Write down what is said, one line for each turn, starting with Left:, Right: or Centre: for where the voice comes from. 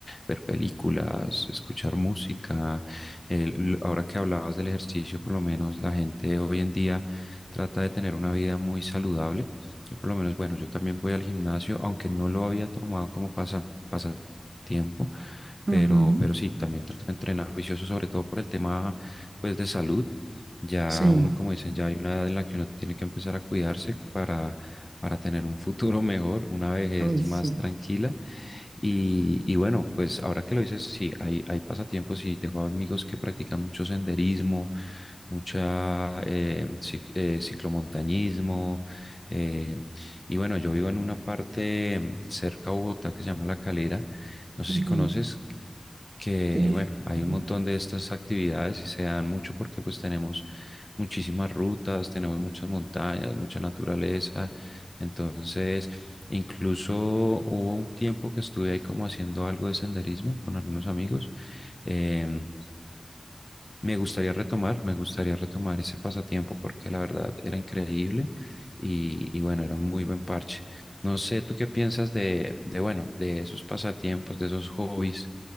Left: ver películas, escuchar música. El- l- ahora que hablabas del ejercicio, por lo menos la gente hoy en día trata de tener una vida muy saludable. Yo por lo menos, bueno, yo también voy al gimnasio, aunque no lo había tomado como pasa- pasatiempo,
Right: Ujú,
Left: pero, pero sí, también trato de entrenar juicioso, sobre todo por el tema pues de salud ya
Right: Sí,
Left: uno, como dicen, ya hay una edad en la que uno tiene que empezar a cuidarse para, para tener un futuro <laughs> mejor, una vejez
Right: uy, sí.
Left: más tranquila. Y, y bueno, pues ahora que lo dices, sí, hay, hay pasatiempos y tengo amigos que practican mucho senderismo, mucha eh, cic- eh, ciclomontañismo. eh, y bueno, yo vivo en una parte mm, cerca a Bogotá que se llama La Calera. No sé
Right: ujú,
Left: si conoces, que
Right: Sí.
Left: bueno, hay
Right: sí.
Left: un montón de estas actividades y se dan mucho porque pues tenemos muchísimas rutas, tenemos muchas montañas, mucha naturaleza. Entonces, incluso hubo un tiempo que estuve ahí como haciendo algo de senderismo con algunos amigos. em, me gustaría retomar, me gustaría retomar ese pasatiempo porque la verdad era increíble y, y bueno, era un muy buen parche. No sé, ¿tú qué piensas de, de bueno, de esos pasatiempos, de esos hobbies?